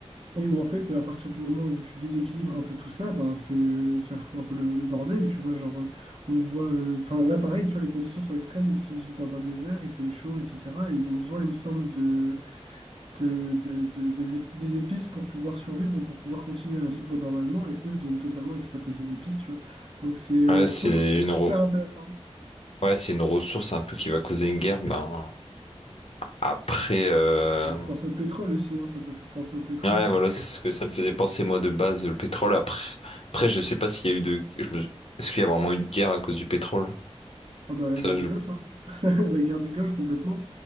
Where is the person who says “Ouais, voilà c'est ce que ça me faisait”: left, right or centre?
Left